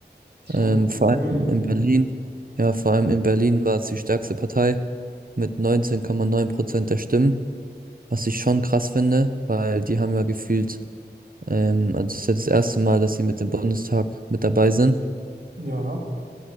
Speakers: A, on the right (about 70°); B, on the right (about 55°).
A: schon
B: Ähm, vor
A: eine
B: allem
A: Menge.
B: in Berlin, ja, vor allem in Berlin war es die stärkste Partei mit 19,9 Prozent der Stimmen, was ich schon krass finde, weil die haben ja gefühlt, ähm, also es ist ja das erste Mal, dass sie mit dem Bundestag mit dabei sind.
A: Ja.